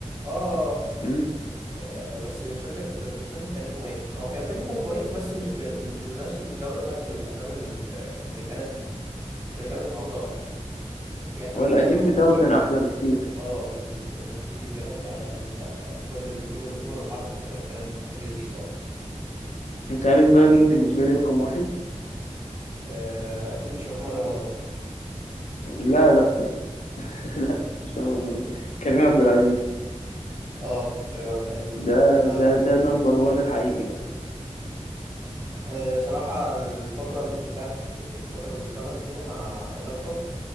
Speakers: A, on the right (about 25°); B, on the left (about 75°).
A: اه
B: مم.
A: آه، بس مش فاكر مش فاكر كان اسمه ايه هو كان الفيلم كان كويس بس مش ب... مش بنفس الجودة بتاعت الافلام ال- اللي كانت اللي كانت معروضة وقتها يعني في افلام
B: والقديم
A: كتير غلطت
B: بتاعه
A: عليه
B: كان
A: وال-
B: احلى بكتير
A: اه بكتير هو كان بيجي بيغطي على ال... كل الدور الدور العرض آه، كانت بتتحجز ليه صراحة
B: انت عارف بقى مين بالنسبه لي رقم واحد
A: آه، اكيد مش محمد رمضان
B: لا لا <laughs> لا مش رقم واحد. كريم عبد العزيز
A: اه كريم عبد العزيز صراحة
B: ده
A: ما-
B: ده ده نمبر وان الحقيقي بقى
A: آه، صراحة أنا الفترة بتاعت يعني الفترة اللي اشتغل فيها مع مع بدر فضل